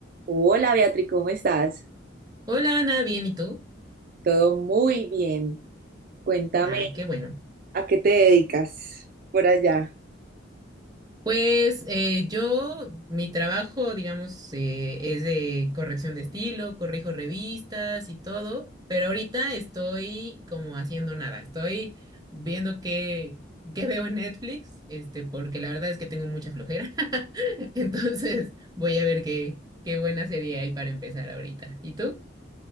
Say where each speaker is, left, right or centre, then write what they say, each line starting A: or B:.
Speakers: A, on the right; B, on the right.
A: Hola Beatriz, ¿cómo estás?
B: Hola Ana, bien, ¿y tú?
A: Todo muy bien. Cuéntame,
B: Ah, qué bueno.
A: ¿a qué te dedicas por allá?
B: Pues eh, yo, mi trabajo, digamos, eh, es de corrección de estilo, corrijo revistas y todo, pero ahorita estoy como haciendo nada, estoy viendo qué, qué veo en Netflix, este, porque la verdad es que tengo mucha flojera. <laughs> Entonces voy a ver qué, qué buena serie hay para empezar ahorita. ¿Y tú?